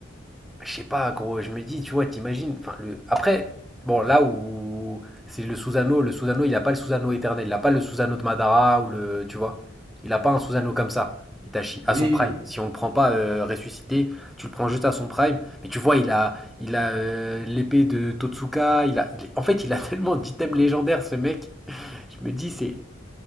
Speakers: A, in the centre; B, on the right.
A: je sais pas gros, je me dis tu vois, t'imagines enfin le après bon là où c'est le Susano, le Susano, il a pas le Susano éternel, il a pas le Susano de Madara ou le tu vois, il a pas un Susano comme ça. Itachi
B: Oui,
A: à son
B: oui,
A: prime.
B: oui.
A: Si on le prend pas euh, ressuscité, tu le prends juste à son prime, mais tu vois, il a il a euh, l'épée de Totsuka, il a il- en fait, il a <laughs> tellement d'items légendaires ce mec. Je me dis c'est